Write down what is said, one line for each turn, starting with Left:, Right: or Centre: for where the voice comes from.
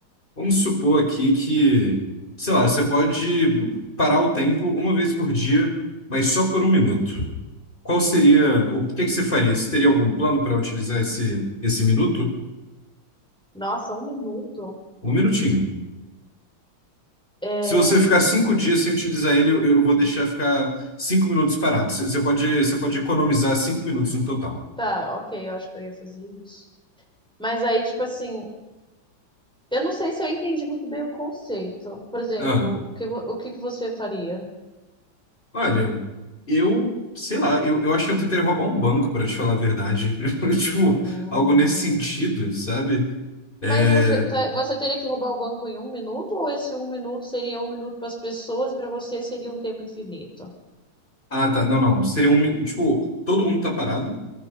Left: Vamos supor aqui que, sei lá, você pode parar o tempo uma vez por dia, mas só por um minuto. Qual seria, o que que você faria? Você teria algum plano para utilizar esse, esse minuto?
Centre: Nossa, um minuto?
Left: Um minutinho.
Centre: É.
Left: Se você ficar cinco dias sem utilizar ele, eu, eu vou deixar ficar cinco minutos parado. Você você pode, você pode economizar cinco minutos no total.
Centre: Tá, ok, eu acho que eu ia fazer isso. Mas aí, tipo assim, eu não sei se eu entendi muito bem o conceito. Por exemplo,
Left: Ah,
Centre: o que, vo- o que que você faria?
Left: olha, eu, sei lá, eu, eu acho que eu tentaria roubar um banco, para te falar a verdade. <laughs> Tipo,
Centre: Hum.
Left: algo nesse sentido, sabe? É,
Centre: Mas você, tá- você teria que roubar o banco em um minuto, ou esse um minuto seria um minuto para as pessoas e para você seria um tempo infinito?
Left: Ah, tá. Não, não. Seria um. mi- Tipo, todo mundo tá parado